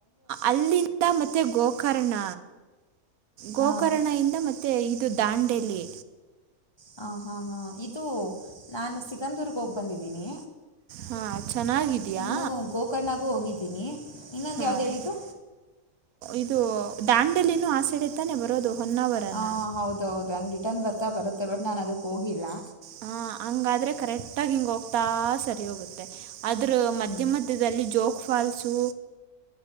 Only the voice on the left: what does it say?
ಹಾಂ
ಹ ಹಾ ಹಾ ಇದು ನಾನು ಸಿಗಂದೂರ್ಗ ಹೋಗಿ ಬಂದಿದ್ದೀನಿ
ಇನ್ನು ಗೋಕರ್ಣಗೂ ಹೋಗಿದ್ ದಿನಿ ಇನ್ನೊಂದು
ಯಾವ್ದ್ ಹೇಳಿದ್ದು
ಹ ಹೌದ ಹೌದು ಹಂಗ್ ರಿಟರ್ನ್ ಬರ್ ತ್ತ ಬರುತ್ತೆ ಬಟ್ ನಾನ್ ಅದಕ್ ಹೋಗಿಲ್ಲಾ
ಹ್ಞೂ